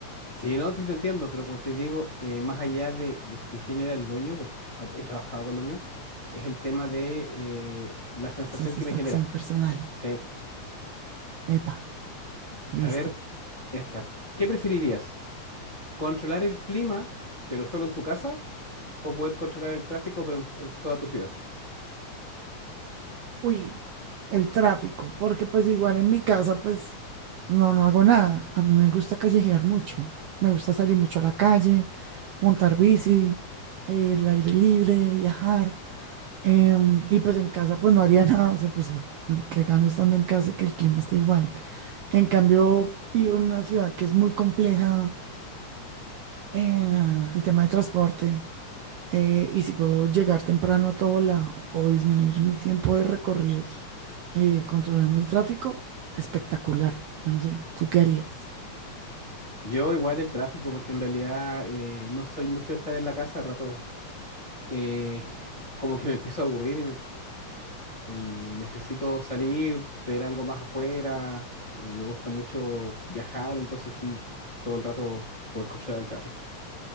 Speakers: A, on the left; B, on the right.
A: Sí, no, sí te entiendo, pero como te digo, eh, más allá de, de- de quién era el dueño, porque he trabajado con lo mío, es el tema de eh, la sensación
B: Satisfacción
A: que me genera.
B: personal.
A: Sí.
B: Epa, listo.
A: A ver, esta. ¿Qué preferirías? ¿Controlar el clima, pero solo en tu casa? ¿O poder controlar el tráfico, pero en, en toda tu ciudad?
B: Uy, el tráfico, porque pues igual en mi casa pues no, no hago nada. A mí me gusta callejear mucho. Me gusta salir mucho a la calle, montar bici, eh, el aire libre, viajar. Em, y pues en casa pues no haría <laughs> nada. O sea, pues que gano estando en casa y que el clima esté igual. En cambio, vivo en una ciudad que es muy compleja, eh, el tema de transporte. eh, y si puedo llegar temprano a todo lado o disminuir mi tiempo de recorridos eh, controlando el tráfico, espectacular. Yo no sé, ¿tú qué harías?
A: Yo igual el tráfico, porque en realidad eh, no soy mucho de estar en la casa, rato eh, como que me empiezo a aburrir y me- el- necesito salir, ver algo más afuera. eh, me gusta mucho viajar, entonces sí, todo el rato poder controlar el tráfico.